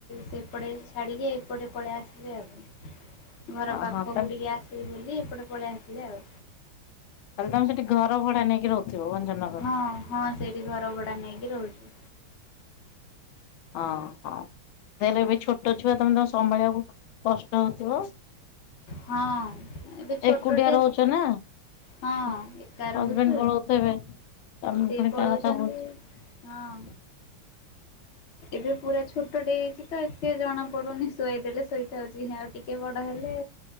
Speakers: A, on the left; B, on the left.
A: ସେପଟେ ଛାଡିକି ଏପଟେ ପଳେଇ ଆସିଲେ ଆଉ। ଘର
B: ଅହ
A: ପାଖକୁ
B: ତାହେଲେ
A: ଟିକେ ଆସିବି ବୋଲି ଏପଟେ ପଳେଇ ଆସିଲେ ଆଉ।
B: ତାହେଲେ ତମେ ସେଠି ଘର ଭଡା ନେଇକି ରଖଥିବ ଭଞ୍ଜନଗରରୁରେ।
A: ହଁ ହଁ ସେଇଠି ଘର ଭଡା ନେଇକି ରହୁଛୁ।
B: ହଁ ହଁ। ଦେହଲେ ଏବେ ଛୋଟ ଛୁଆ ତମେ ତ ସମ୍ଭାଳିବାକୁ କଷ୍ଟ ହଉଥିବ।
A: ହଁ ଏବେ ଛୋଟଟେ
B: ଏକୁଟିଆ ରହୁଚୁ ନା
A: ହଁ
B: ହଜବେଣ୍ଡ
A: ଏକା ରହୁଛୁ
B: ପଳଉଥବେ। ତମେ
A: ସେ
B: ପୁଣି
A: ପଳଉଛନ୍ତି
B: ତା କଥା ବୁଝୁ
A: ହଁ ଏବେ ପୁରା ଛୋଟେ ହେଇଛି ତ ଏତେ ଜଣା ପଡୁନି ଶୁଆଇ ଦେଲେ ଶୋଇଥାଉଛି ଆଉ ଟିକେ ବ ବଡ ହେଲେ।